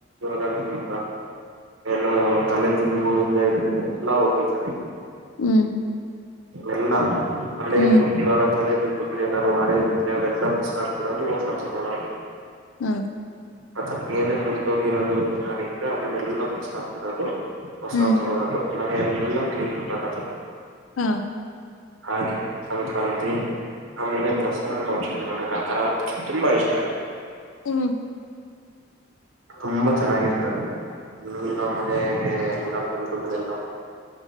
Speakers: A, on the right; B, on the left.
A: ಇ ಎಲ್ಲೋ ತಲೆದಿಂಬು ಇಲ್ಲ ಹಿಡಿದು ಎಲ್ಲ ಹೋಗಿದ್ದಾರೆ
B: ಹ್ಮ್
A: ಎಲ್ಲ ಮಳೆ
B: ಹ್ಮ್
A: ಮುಗುವಾಗ ತಲೆ ಹೆ ಮಳು ನಾದಾರು ಒಳೆ ಅವೆಲ್ಲ ಸಡ ಹೋಗದು
B: ಹ
A: ಅ ಏನೆ ಮುರಿದೋಗಿರೋದು ಯಾರ ಇದ್ರೆ ಅವನ್ನೆಲ್ಲ ಬೀಸ ಹಾಕಿರೋದು ಹೊಸೌದು
B: ಹ್ಮ್
A: ಮನೆ ಎಲ್ಲ ಕ್ಲೀನ್ ಆದು
B: ಹಾ
A: ಹಾಗೆ ಸಂಕ್ರಾಂತಿ ಆಮೇಲೆ ದಸರಾ ನೋ ನನಗೆ ಆ ತರ ತುಂಬಾ ಇಷ್ಟ
B: ಹ್ಮ್
A: ತುಂಬಾ ಚೆನ್ನಾಗಿರ್ತದೆ ನಿನ್ನ ಮನೆಗೆ ಎಮಲ್ಲತ